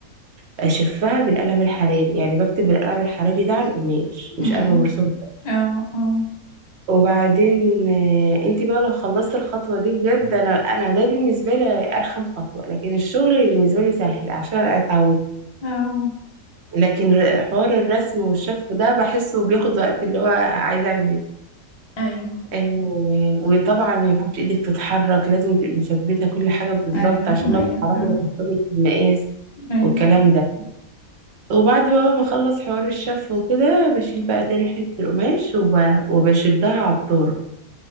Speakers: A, on the right; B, on the left.
A: أشفها بالقلم الحراري يعني بكتب بالقلم الحراري ده على القماش مش
B: امم
A: قلم مرسوم
B: اه اه
A: وبعدين انت بقى لو خلصت الخطوة دي بجد انا انا ده بالنسبة لي ارخم خطوة لكن الشغل بالنسبة لي سهل عشان انا اتعودت
B: اه
A: لكن ر- حوار الرسم والشف ده بحسه بياخد وقت اللي هو عايزة انجز
B: ايوه
A: آه، وطبعا ما ينفعش ايدك تتحرك لازم تبقي مثبتة كل حاجة بالظبط
B: ايوه
A: عشان لو
B: ايوه
A: اتحركت
B: فعلا
A: هتحصلك المقاس
B: ايوه
A: والكلام ده وبعد بقى ما بخلص حوار الشف وكده بشيل بقى تاني حتة القماش وب- وبشدها على الطور